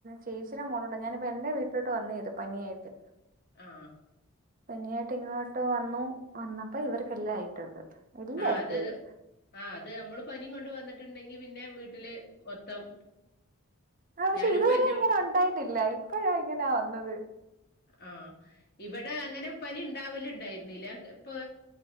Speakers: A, on the right; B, on the left.
A: ചേച്ചി മോളുണ്ട് ഞാനിപ്പോ എന്റെ വീട്ടിലൊട്ട് വന്നായിരുന്നു പനിയായിട്ട്
B: ആഹ്
A: പനി ആയിട്ട് ഇങ്ങോട്ട് വന്നു വന്നപ്പോ ഇവർക്കെല്ലാം ആയിട്ടുണ്ട് എല്ലാർക്കും
B: ആഹ് അത്‌
A: ആയി
B: ആഹ് അത് നമ്മള് പനിയും കൊണ്ട് വന്നിട്ടുണ്ടെങ്കി പിന്നെ വീട്ടില് മൊത്തം
A: ആ പക്ഷെ
B: ഞാനിപ്പോ
A: ഇതുവരെ
B: എന്റെ
A: ഇങ്ങനെ ഉണ്ടായിട്ടില്ല ഇപ്പഴാ ഇങ്ങനാ വന്നത്
B: ആഹ് ഇവിടെ അങ്ങനെ പനി ഉണ്ടാവൽ ഉണ്ടായിരുന്നില്ല ഇപ്പൊ